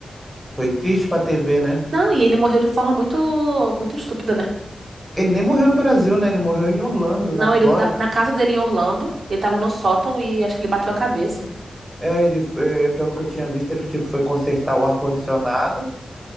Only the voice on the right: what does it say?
Não, e ele morreu de forma muito, muito estúpida, né?
Não,
ele tá na casa dele em Orlando, ele tava no sótão e acho que ele bateu a cabeça.